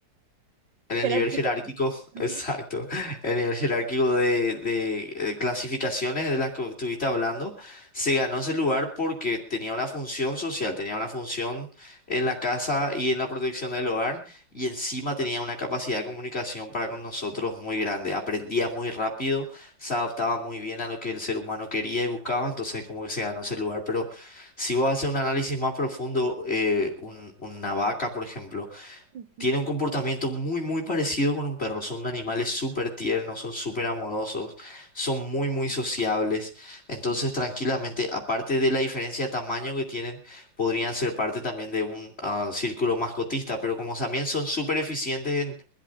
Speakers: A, on the left; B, on the right.
A: en el
B: Jerarquización.
A: nivel jerárquico, <laughs>
B: ujú.
A: exacto, en el nivel jerárquico de, de, eh, clasificaciones de las que estuviste hablando, se ganó ese lugar porque tenía una función social, tenía una función en la casa y en la protección del hogar, y encima tenía una capacidad de comunicación para con nosotros muy grande. Aprendía muy rápido, se adaptaba muy bien a lo que el ser humano quería y buscaba, entonces como que se ganó ese lugar. Pero si vos haces un análisis más profundo, eh, un- una vaca, por ejemplo,
B: Ujú,
A: tiene un comportamiento muy, muy parecido con un perro. Son animales súper tiernos, son súper amorosos, son muy, muy sociables. Entonces,
B: ujú.
A: tranquilamente, aparte de la diferencia de tamaño que tienen, podrían ser parte también de un ah, círculo mascotista, pero como también son súper eficientes